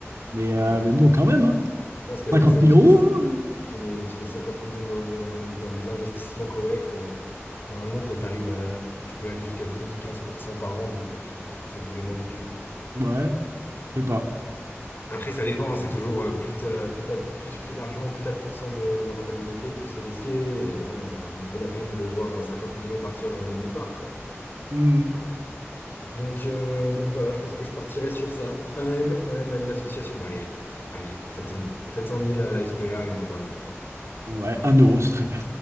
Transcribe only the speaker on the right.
Mais,
euh,
mais
bon, quand même, hein,
50
000
euros,
euh,
ouais, je sais pas.
Hmm.
Ouais, un euro, c'est très bien.